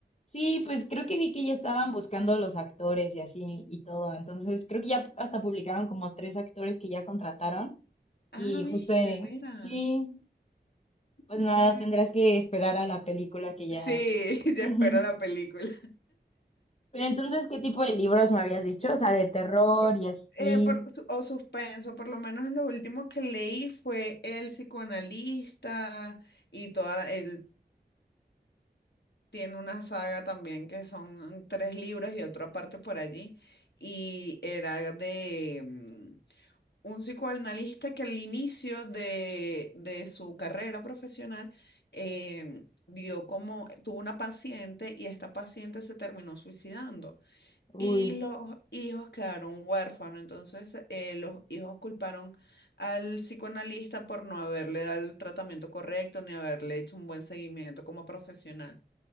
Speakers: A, on the left; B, on the left.
A: Sí, pues creo que vi que ya estaban buscando los actores y así y todo. Entonces, creo que ya hasta publicaron como tres actores que ya contrataron.
B: Ah,
A: Y
B: viste,
A: justo, eh,
B: mira.
A: sí, pues
B: Bueno,
A: nada, tendrás que esperar a la película que ya.
B: sí, <laughs> yo
A: <laughs>
B: espero la película.
A: Pero entonces, ¿qué tipo de libros me habías dicho? O sea, de terror
B: Por-
A: y así.
B: eh, por su- o suspenso, por lo menos lo último que leí fue El psicoanalista y toda, la- él tiene una saga también que son tres libros y otra parte por allí y era de, mm, un psicoanalista que al inicio de, de su carrera profesional em, dio como, tuvo una paciente y esta paciente se terminó suicidando
A: Uy.
B: y los Sí. hijos quedaron huérfanos. Entonces eh, los hijos culparon al psicoanalista por no haberle dado el tratamiento correcto ni haberle hecho un buen seguimiento como profesional.